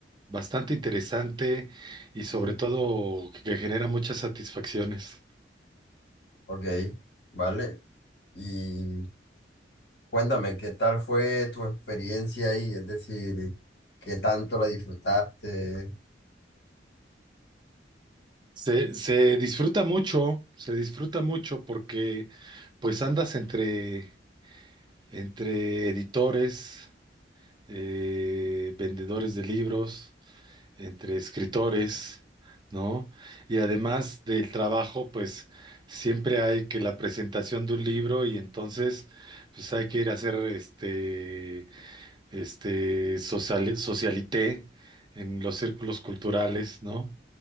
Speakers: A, on the right; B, on the left.
A: bastante interesante y sobre
B: Sí.
A: todo que, que genera muchas satisfacciones.
B: Ok, vale. Y Cuéntame, ¿qué tal fue tu experiencia ahí? Es decir, ¿qué tanto la disfrutaste?
A: Se, se disfruta mucho, se disfruta mucho porque pues andas entre, entre editores, eh, vendedores de libros. entre escritores, ¿no? Y además del trabajo, pues siempre hay que la presentación de un libro y entonces pues hay que ir a hacer este, este social- socialité en los círculos culturales, ¿no?